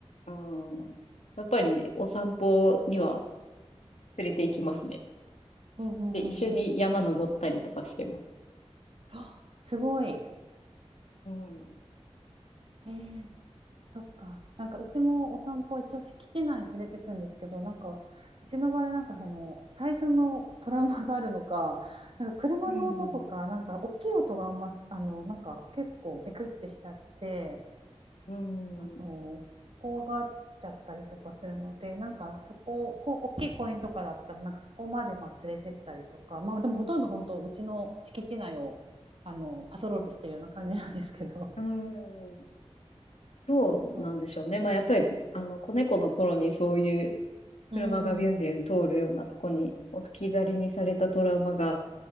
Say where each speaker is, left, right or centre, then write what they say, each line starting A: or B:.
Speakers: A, on the left (about 75°); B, on the right (about 55°).
A: うん、やっぱりお散歩には連れて行きますね。
B: うんうんうんうん。
A: で、一緒に山登ったりとかしてます。
B: あすごい。
A: うん。
B: えーそっか。なんかうちもお散歩一応敷地内に連れてくんですけど、なんかうちの場合なんかその最初のトラウマがあるのか、なんか車の音とか、
A: うん
B: なんか大きい音があんます、あの、なんか結構ビクってしちゃって、
A: うん。
B: あの、怖がっちゃったりとかするので、なんかそこ、こう、大きい公園とかだったら、なんかそこまでまあ連れてったりとか、まあでもほとんど本当うちの敷地内をあのパトロールしてるような感じなんですけど。
A: うん。そうなんでしょうね。
B: そうそ
A: まあ、やっぱり、あの、子猫の頃にそういう車がビュンビュン通るようなとこに置き去りにされたトラウマが
B: う。うん。